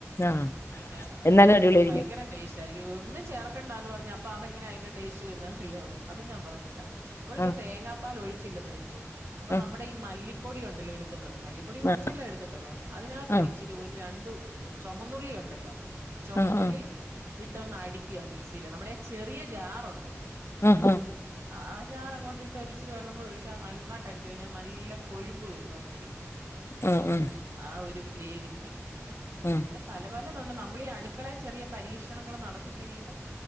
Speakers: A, on the left (about 55°); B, on the right (about 50°).
A: ആ
B: പിന്നെ
A: എന്നാലും
B: എട്ത്ത് കഴിഞ്ഞാൽ
A: അടിപൊളിയായിരിക്കും
B: ഭയങ്കര ടെസ്റ്റ് ആയ്രിക്കും ഒന്നും ചേർക്കണ്ടന്ന് പറഞ്ഞ അപ്പൊ അതെങ്ങനെ അതിന്റെ ടേസ്റ്റ് വര്ന്നേ അറിയോ അതും ഞാ പറഞ്ഞ് തരാം നമ്മളിപ്പം
A: ആ
B: തേങ്ങാപ്പാൽ ഒഴിച്ചില്ലെന്ന് വെച്ചോ അപ്പൊ
A: ആ
B: നമ്മടെ ഈ മല്ലിപ്പൊടി ഒണ്ടല്ലോ എടുക്കുന്നത് മല്ലിപ്പൊടി കൊറച്ചല്ലേ
A: ആ
B: എട്ക്കത്തൊള്ളൂ. അതിനകത്തൊരിച്ചിരി
A: ആ
B: ഒര് രണ്ട് ചൊമന്നുള്ളി ഒണ്ടല്ലോ ചൊമന്നുള്ളി
A: ആ ആ ആ
B: ഇട്ടൊന്ന് അടിക്കാ മിക്സ്സീല് നമ്മടെ ആ ചെറിയ ജാറൊണ്ടല്ലോ
A: ആഹ് ആഹ്
B: അ ആഹ് ജാറങ്ങോട്ട് ഇട്ട് ഒരിച്ചിരി വെള്ളം കൂടി ഒഴിച്ചാ നൽന്നായ്- ട്ടടിച്ച് കഴിഞ്ഞാ നല്ല കൊഴുപ്പ് വരും ആ പൊടിക്ക്
A: ആഹ് ആഹ്
B: ആ ഒരു ഗ്രേവിക്ക്
A: ആ
B: അങ്ങനെ പല പലതൊണ്ട് നമ്മളീ അട്ക്കളെ ചെറിയ പരീക്ഷണങ്ങള് നടത്തി കഴിയുമ്പം